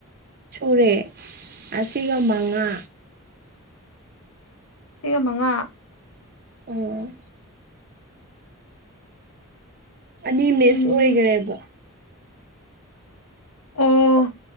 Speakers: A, on the right; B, on the left.
A: ꯁꯨꯔꯦ ꯑꯁꯤꯒ ꯃꯉꯥ
B: ꯁꯤꯒ ꯃꯉꯥ
A: ꯑꯣ ꯑꯅꯤ
B: ꯎꯝ
A: ꯃꯤꯁ ꯑꯣꯏꯒꯔꯦꯕ
B: ꯑꯣ